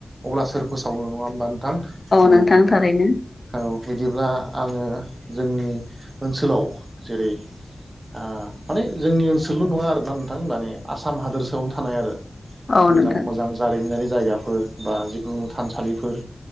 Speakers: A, on the right; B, on the left.
A: अब्ला सोर फोसावनो नङा होमबा नोंथां?
B: नोंथां
A: औ
B: थारैनो
A: औ बिदिब्ला आङो जोंनि ओनसोलाव जेरै आ माने जोंनि ओनसोलल' नङा आरोना नोंथां माने आसाम हादोरसायावनो थानाय आरो।
B: औ
A: मोजां
B: नोंथां
A: मोजां जारिमिनारि जायगाफोर बा जिखुनु थानसालिफोर।